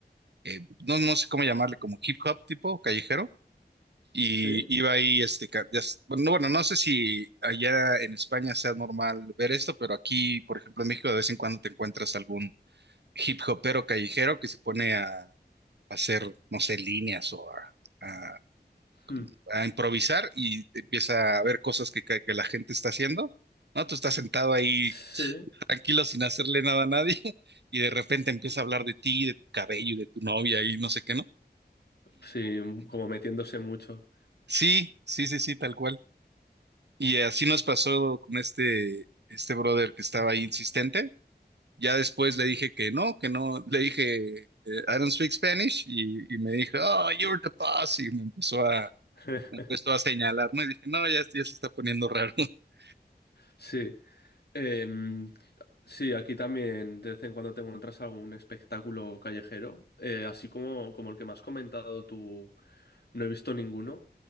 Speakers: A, on the right; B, on the left.
A: eh, no, no sé cómo llamarle, como hip hop tipo callejero. Y
B: Sí,
A: iba ahí, este, ca- ya s- bueno, no- bueno, no sé si allá en España sea normal ver esto, pero aquí, por ejemplo, en México de vez en cuando te encuentras algún hip hopero callejero que se pone a, a hacer, no sé, líneas o a, a-
B: hmm,
A: a improvisar y empieza a ver cosas que, que que la gente está haciendo, ¿no? Tú estás sentado ahí
B: sí,
A: tranquilo sin hacerle nada a nadie <laughs> y de repente empieza a hablar de ti, de tu cabello, y de tu novia y no sé qué, ¿no?
B: sí, como metiéndose mucho.
A: Sí, sí, sí, sí, tal cual. Y así nos pasó con este, este brother que estaba ahí insistente. Ya después le dije que no, que no. Le dije, eh, I don't speak Spanish. Y, y me dijo, oh, you're the boss. Y me empezó a,
B: <laughs>
A: me empezó a señalarme. Y dije, no, ya, esto ya se está poniendo raro. <laughs>
B: Sí, Em, sí, aquí también de vez en cuando te encuentras algún espectáculo callejero, eh, así como, como el que me has comentado tú, no he visto ninguno,